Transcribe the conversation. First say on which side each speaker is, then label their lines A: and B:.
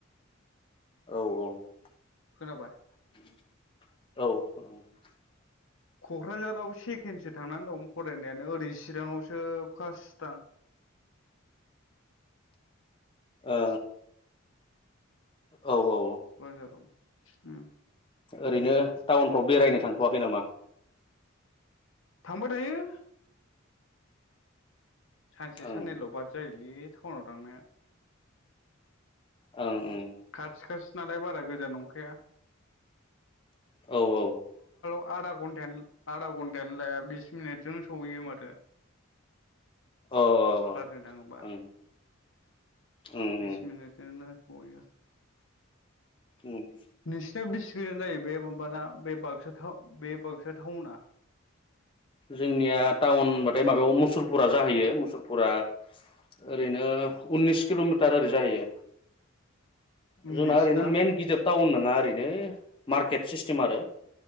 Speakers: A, on the left (about 25°); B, on the left (about 65°).
A: औ औ
B: खोनाबाय
A: औ। औ औ।
B: क'क्राझाराव सेकेणडसो थांनानै दं। फरायनायानो ओरै चिरांआवसो फास्ट दां
A: ओ ओं। औ औ
B: कक्राझारआव उम
A: ओरैनो टाउनफ्राव बेरायनो थांथ'वाखै नामा?
B: थांबाय थायो। सानसे साननैल'
A: ओं
B: बाद जायो। <unintelligible> टाउनाव थांनाया।
A: ओं। ओं
B: खाथि खासि नालाय बारा गोजान नंखाया
A: औ औ।
B: आदा घनटा घन्टायानो लाया बिस मिनिटजों सहैय माथो।
A: अ ओं
B: खारनो थाङोबा
A: ओं ओं
B: बिस मिनिटजोंनो गयो।
A: ओम
B: नोंसिनिव बेसे गोजान जायो बे माबाना बे बाक्सा बे बाक्सा टाउना?
A: जोंनिया टाउन होनबाथाय माबायाव मुसुलपुरा जाहैयो मुसुलपुरा ओरैनो उननिस किल'मिटार ओरै जाहैयो। जोंना
B: नोंसिना
A: ओरैनो मेन गिदिर टाउन होन बा एरैनो मार्केट सायस आरो।